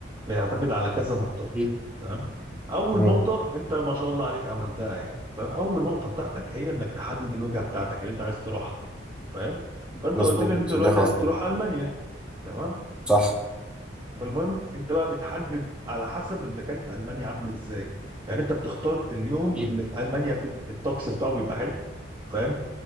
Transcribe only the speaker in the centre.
مم.
مم.
مظبوط
عشان
دي خلاص
صح
مم.